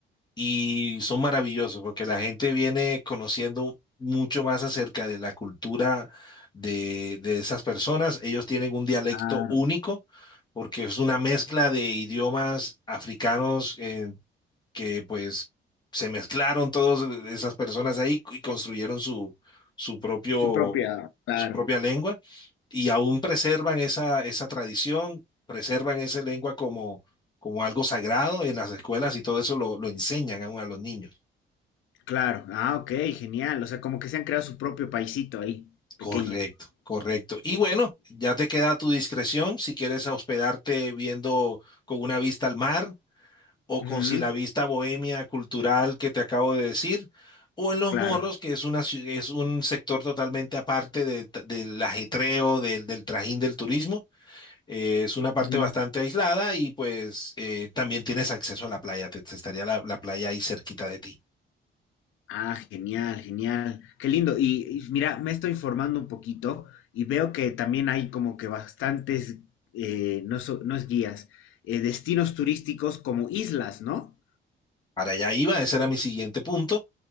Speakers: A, on the left (about 20°); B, on the left (about 85°).
A: y son maravillosos porque la gente viene conociendo mucho más acerca de la cultura de, de esas personas. Ellos tienen un dialecto
B: claro.
A: único porque es una mezcla de idiomas africanos, eh, que pues se mezclaron todas esas personas ahí y construyeron su, su propio,
B: Su propia, claro,
A: su propia lengua y aún preservan esa, esa tradición, preservan esa lengua como, como algo sagrado en las escuelas y todo eso lo, lo enseñan aún a los niños.
B: claro. Ah, ok, genial. O sea, como que se han creado su propio paisito ahí,
A: Correcto,
B: pequeño.
A: correcto. Y
B: Ok.
A: bueno, ya te queda a tu discreción si quieres hospedarte viendo con una vista al mar o
B: Ujú,
A: con si la vista bohemia cultural que te acabo de decir, o en Los
B: claro.
A: Morros, que es, una, ciu- es un sector totalmente aparte de del ajetreo, del, del trajín del turismo. Eh, es una parte
B: Ujú.
A: bastante aislada y pues eh, también tienes acceso a la playa, te, te estaría la, la playa ahí cerquita de ti.
B: Ah, genial, genial. Qué lindo. Y, y mira, me estoy informando un poquito y veo que también hay como que bastantes, eh, no, so- no es guías, eh, destinos turísticos como islas, ¿no?
A: Para allá iba, ese era mi siguiente punto.